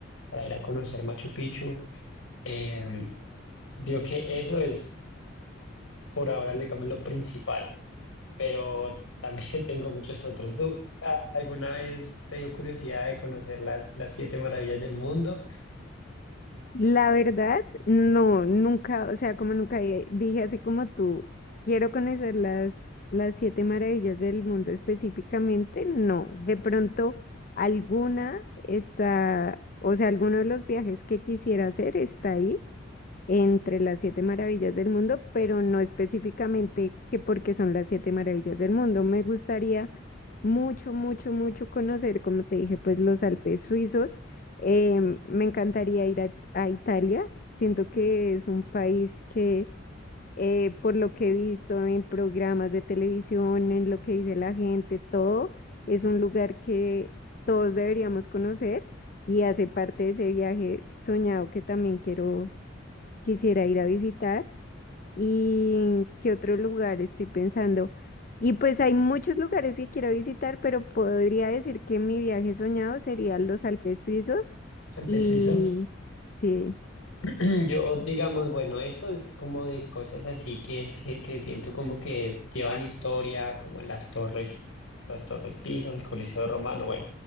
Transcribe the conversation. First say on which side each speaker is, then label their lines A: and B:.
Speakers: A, on the left (about 90°); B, on the left (about 45°).
A: para ir a conocer Machu Picchu. Eh, digo que eso es por ahora, digamos, lo principal, pero también <laughs> tengo muchos otros. ¿Tú a- alguna vez te dio curiosidad de conocer las, las siete maravillas del mundo?
B: La verdad, no, nunca, o sea, como nunca di- dije así como tú, quiero conocer las, las siete maravillas del mundo específicamente, no, de pronto alguna está, o sea, alguno de los viajes que quisiera hacer está ahí entre las siete maravillas del mundo, pero no específicamente que porque son las siete maravillas del mundo. Me gustaría mucho, mucho, mucho conocer, como te dije, pues los Alpes suizos. Em, me encantaría ir a, a Italia. Siento que es un país que, eh, por lo que he visto en programas de televisión, en lo que dice la gente, todo, es un lugar que todos deberíamos conocer y hace parte de ese viaje soñado que también quiero, quisiera ir a visitar y qué otro lugar estoy pensando. Y pues hay muchos lugares que quiero visitar, pero podría decir que mi viaje soñado sería los Alpes suizos.
A: ¿Empezó
B: Y
A: eso?
B: sí,
A: <clears throat> Yo, digamos, bueno, eso es como de cosas así que, se- que siento como que llevan historia, como las torres, las torres Pisas, el Coliseo Romano, bueno,